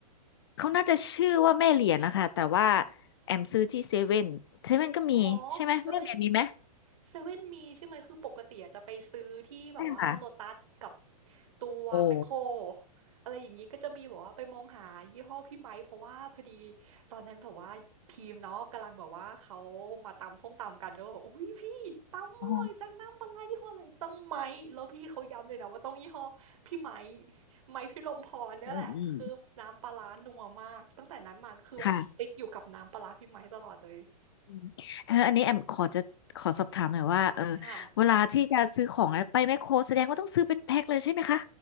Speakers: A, on the left; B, on the right.
A: เขาน่าจะชื่อว่าแม่เหรียญนะคะแต่ว่าแอมซื้อที่เซเว่นเซเว่นก็มีใช่ไหมแม่เหรียญมีไหม
B: แม่เหลียงอ๋อเซเว่น เซเว่นมีใช่ไหมคือปกติอะจะไปซื้อที่แบบว่าโลตัสกับ
A: ใช่ค่ะ
B: ตัวแมคโคร
A: โอ้
B: อะไรอย่างนี้ก็จะมีแบบว่าไปมองหายี่ห้อพี่ไมค์เพราะว่าพอดีตอนนั้นแบบว่าทีมเนาะกำลังแบบว่าเขามาตำส้มตำกันก็บอกอุ้ยพี่ตำอร่อยจังน้ำปลาร้ายี่ห้ออะไรต้องไมค์แล้วพี่เขาย้ำเลยนะว่าต้องยี่ห้อพี่ไมค์
A: อ๋อ
B: ไมค์พี่ลมพรเนี่ยแหละคือน้ำปลาร้านัวมากตั้งแต่นั้นมาก็คือแบบสติ๊กอยู่กับน้ำปลาร้าพี่ไมค์ตลอดเลย
A: อืมอืมค่ะอืมเอออันนี้แอมขอจะขอสอบถามหน่อยว่าเออ
B: อ่า
A: เวลาที่จะซื้อของอะไปแมคโครแสดงว่าต้องซื้อเป็นแพ็คเลยใช่ไหมคะ